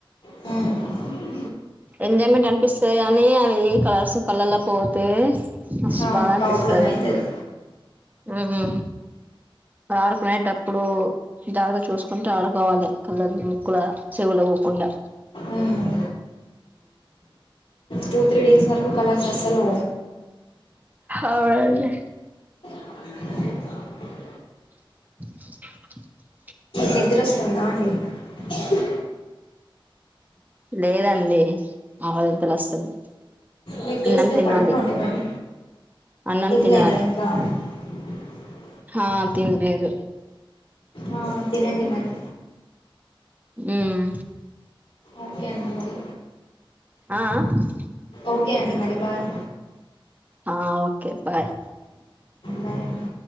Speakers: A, on the left; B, on the right.
A: ఉమ్
B: ఎంజాయ్మెంట్ అనిపిస్తాది కానీ అవి కలర్స్ కళ్ళలో పోతే మస్త్
A: అవును
B: బాధ అనిపిస్తాది
A: ప్రాబ్లం అయితది
B: హు హు రాడుకునేటప్పు ఇప్పుడు దాగ చూసుకుంటు ఆడుకోవాలి ముక్కల చెవుల పోకుండా
A: ఉహు టూ త్రీ డేస్ వరకు అసలు
B: అవునండి
A: అ <unintelligible>
B: <unintelligible>
A: నిద్ర వస్తుందా అండి <unintelligible>
B: లేదండి ఆవలింతలు వస్తున్నాయి
A: నిద్ర
B: అన్నం
A: వస్తే
B: తినాలి
A: పడుకోండి మరి
B: అన్నం
A: తినలేదా
B: తినాలి
A: ఇంకా <inaudible>
B: ఆ తినలేదు
A: ఆ తినండి మరి
B: ఉమ్
A: ఓకే అండి అ
B: ఆ
A: ఓకే అండి మరి బాయ్
B: ఆ ఓకే బాయ్
A: బాయ్ అండి